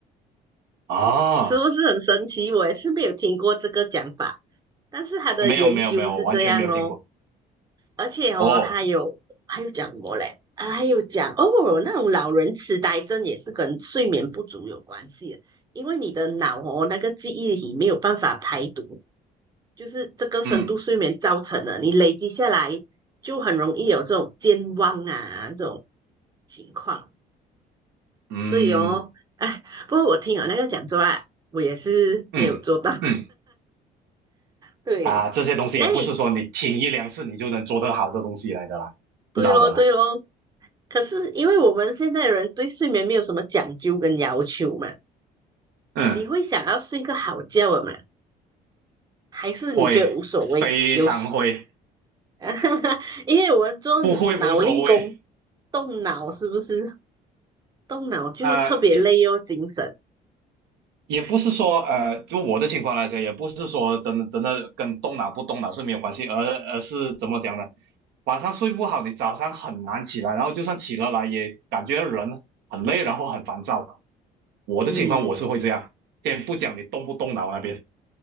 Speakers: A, on the right; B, on the right.
A: 啊！
B: 是不是很神奇？我也是没有听过这个讲法，但是他的研究是这样咯，
A: 没有没有没有，完全没有听过。
B: 而且哦，
A: 哦，
B: 他有还有讲过嘞，啊，还有讲哦，那种老人痴呆症也是跟睡眠不足有关系的，因为你的脑哦那个记忆体没有办法排毒，就是这个深度睡眠造成的，
A: 嗯
B: 你累积下来就很容易有这种健忘啊这种情况，
A: 嗯
B: 所以哦，哎，不过我听了那个讲座啦，我也是没有做到。
A: 嗯嗯，
B: 对，
A: 啊，这些东西也不是说你听一两次你就能做得好的东西来的啦，
B: 你嘞，对咯，
A: 知道的啦。
B: 对咯。可是因为我们现在人对睡眠没有什么讲究跟要求嘛，
A: 嗯，
B: 你会想要睡个好觉的嘛？还是你觉得无所谓？
A: 会，非常会，
B: 有时，<laughs> 因为我做脑力工，
A: 不会无所谓。
B: 动脑是不是？动脑就特别累哦，
A: 呃，也
B: 精神。
A: 也不是说呃，就我的情况来说，也不是说真的真的跟动脑不动脑是没有关系，而而是怎么讲呢？晚上睡不好，你早上很难起来，然后就算起了来，也感觉人很累，然后很烦躁。我的情况我是会这样，
B: 嗯，
A: 先不讲你动不动脑那边，